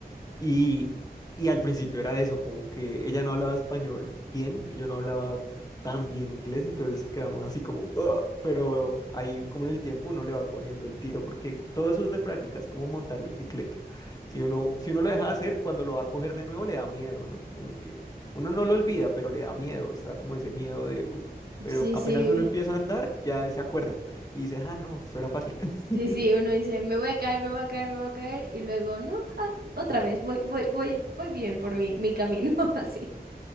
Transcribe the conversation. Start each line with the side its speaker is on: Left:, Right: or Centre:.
Left: Y, y al principio era eso, como que ella no hablaba español bien y yo no hablaba tan bien inglés, entonces quedamos así como, "Ugh", pero ahí como en el tiempo uno le va cogiendo el tiro, porque todo eso es de práctica, es como montar bicicleta. Si uno, si uno lo deja de hacer, cuando lo va a coger de nuevo le da miedo, ¿no? Como que uno no lo olvida, pero le da miedo, está como ese miedo de, uff, pero
Right: Sí,
Left: apenas
Right: sí.
Left: uno empieza a andar, ya se acuerda y dice, ah, no, eso era fácil. <laughs>
Right: Sí, sí, uno dice, me voy a caer, me voy a caer, me voy a caer, y luego, no, ah, otra vez, voy, voy, voy, voy bien por mi, mi camino, <laughs> así.